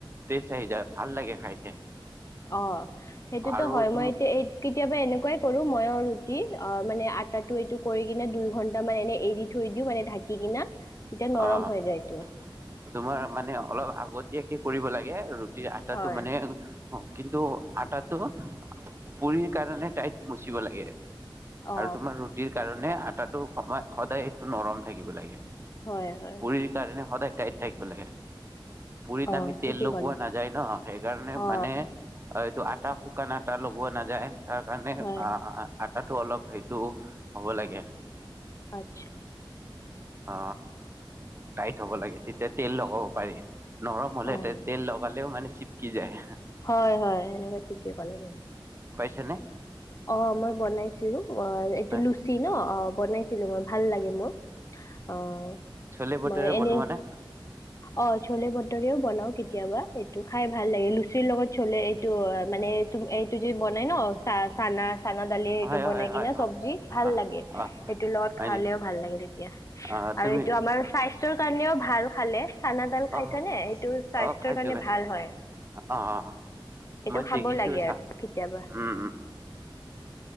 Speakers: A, on the right; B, on the left.
A: টেষ্ট আহি যায় ভাল লাগে খাই
B: অ' সেইটোতো
A: আৰু
B: হয়
A: তুম
B: মই এতিয়া কেতিয়াবা এনেকুৱাই কৰো মইও অ মানে আটা টো এইটো কৰি কিনে দুই ঘন্টা মান এনে এৰি থৈ দিওঁ মানে ঢাকি কিনা তেতিয়া নৰম
A: অ'
B: হৈ যায় এইটো
A: তোমাৰ মানে অলপ আগতয়াক কি কৰিব লাগে ৰু এই আটাটো
B: হয়
A: মানে অ কিন্তু আটাটো পুৰিৰ কাৰণে তইত মুচিব লাগে। আৰু
B: অ
A: তোমাৰ ৰুটিৰ কাৰণে মানে আটাটো সময় সদায় সেইটো নৰম থাকিব লাগে।
B: হয় হয়
A: পুৰীৰ কাৰণে সদায় টাইত থাকিব লাগে পুৰীত
B: অ
A: আমি
B: ঠিকেই
A: তেল লগোৱা
B: ক'লা
A: নাযায় ন সেইকাৰণে
B: অ
A: মানে অ এইটো আটা শুকান আটা লগোৱা নাযায় তাৰ কাৰণে
B: হয়
A: অ তাতো অলপ সেইটো হ'ব লাগে
B: আত্ছা
A: অ টাইট হ'ব লাগে ্তেতিয়া তেল লগাব পাৰি নৰম হ'লেতে
B: অ
A: তেল লগালেও মানে চিপকি যায়
B: হয় হয় সেনেুৱা ঠিকেই কলে ন
A: চনে
B: অ মই বনাইছিলো অ এইটো
A: হয়
B: লুচি ন অ বনাইছিলো মই ভাল লাগে মোৰ অ'
A: চলে বটৰে
B: মই এনে
A: বনোৱা নে
B: অ চলে বটৰিও বনাও কেতিয়াবা এইটো খাই ভাল লাগে লুচিৰ লগত চলে এইটো অ মানে তম এইটো যে বনাই ন চাহ না চানা দালি এটো
A: হয়
B: বনাই
A: হয়
B: কিনে
A: হয় হয়।
B: চবজি ভাল
A: অ
B: লাগে
A: অ
B: হেতু লগত
A: হয়
B: খালেও
A: নেকি
B: ভাল লাগে তেতিয়া
A: অ তুমি
B: আৰু এটো আমাৰ, কাৰণেও ভাল খালে। চানাডাল
A: অ
B: খাইছ নে সেইটো স্বাস্থ্যৰ
A: অ খাইছো
B: কাৰণে
A: খাইছো
B: ভাল হয়
A: অ অ
B: এইটো
A: মই
B: খাব
A: দেখিছো
B: লাগে
A: চা
B: আৰু কেতিয়াবা।
A: উম উম